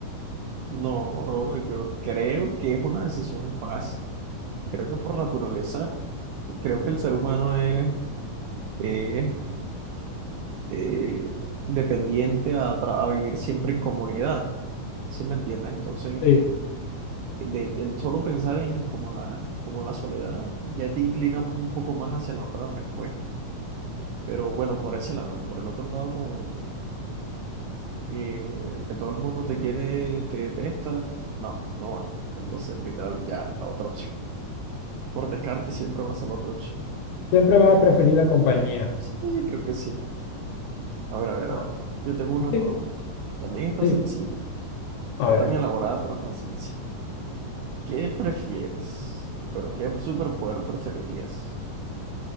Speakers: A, on the right; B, on the left.
A: no, bro, yo creo que es una decisión fácil. Creo que por naturaleza, creo que el ser humano es, es, eh, dependiente a, tra- a vivir siempre en comunidad, ¿sí me entiendes? Entonces,
B: Sí,
A: de, el solo pensar en como la, como la soledad ya te inclina un poco más hacia la otra respuesta. Pero bueno, por ese lado, por el otro lado, como... Y, y que todo el mundo te quiere, te detesta, no, no va. Entonces, literal, ya, la otra opción. Por descarte siempre va a ser la otra opción.
B: siempre vas a preferir la compañía.
A: Sí, creo que sí. A ver, a ver,
B: Ah,
A: a ver. Yo tengo una
B: sí,
A: pregunta. También está
B: sí.
A: sencilla.
B: A
A: No
B: ver,
A: tan elaborada, pero está sencilla. ¿Qué prefieres? Bueno, ¿qué superpoder preferirías?